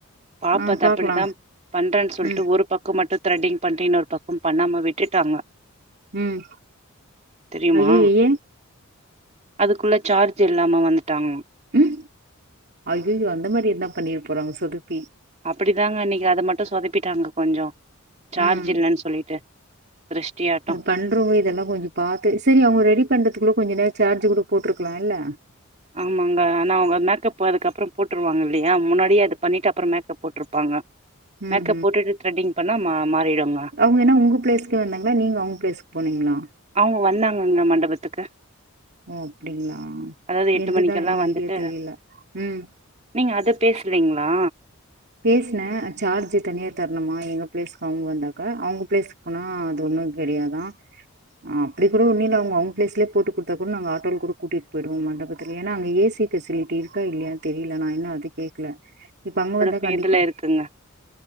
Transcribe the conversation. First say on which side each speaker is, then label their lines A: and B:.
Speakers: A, on the right; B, on the right.
A: பாப்பா
B: ஆ
A: அது
B: பாக்கலா
A: அப்டித்தா பண்றேன் சொல்ட்டு
B: ம்
A: ஒரு பக்கோ மட்டு த்ரெட்டிங் பண்ட்டு இன்னொரு பக்கம் பண்ணாம விட்டுட்டாங்க
B: ம்
A: தெரியுமா
B: ஐயயோ ஏ
A: அதுக்குள்ள சார்ஜ் இல்லாம வந்துட்டாங்களா
B: ம் ஐய்யய்யோ அந்த மாரி என்ன பண்ணிற போறாங்க சொதப்பி
A: அப்புடிதாங்க அன்னைக்கு அது மட்டு சொதப்பிட்டாங்க கொஞ்சோ சார்ஜ்
B: ம்
A: இல்லன் சொல்லிட்டு திருஷ்டியாட்டோ
B: பண்றவுங்க இதெல்லா கொஞ்ச பாக்க செரி அவுங்கோ ரெடி பண்றதுக்குள்ள கொஞ்ச நேர சார்ஜ் கூட போட்ருக்கலா இல்ல
A: ஆமாங்க ஆனா அவுங்க மேக்கப் அதுக்கப்பறம் போட்ருவாங்க இல்லையா முன்னாடியே அது பண்ணிட்டு அப்பறம் மேக்கப் போட்ருப்பாங்க மேக்கப்
B: ம்
A: போட்டுட்டு த்ரெட்டிங் பண்ணா மா மாறிடுங்க
B: அவுங்க என்ன உங்க ப்ளேஸ்க்கு வந்தாங்களா நீங்க அவுங்க ப்ளேஸ்க்கு போனீங்களா
A: அவுங்க வந்தாங்கங்க மண்டபத்துக்கு
B: ஓ அப்டிங்களா
A: அதாவது எட்டு
B: என்து
A: மணிக்கெல்லா
B: தா என்ன
A: வந்துட்டு
B: ஐடியா தெரியல ம்
A: நீங்க அத பேசுறிங்ளா
B: பேசுனே சார்ஜ் தனியா தரண்னுமா எங்க ப்ளேஸ்க்கு அவுங்க வந்தாக்கா அவுங்க ப்ளேஸ்க் ஆனா அது ஒண்ணு கெடையாதா ஆ அப்டி கூட நீல அவுங்க அவுங்க ப்ளஸ்லயே போட்டு குடுத்தா கூட நாங்க ஆட்டோல கூட கூட்டிட்டு போய்டுவோ மண்டபத்துல ஏன்னா அங்க ஏசி பெசிலிட்டி இருக்கா இல்லையான் தெரியல நா இன்னு அது கேக்ல இப்ப அங்க வந்தா
A: பியு
B: கண்டிப்பா
A: இதுல இருக்குங்க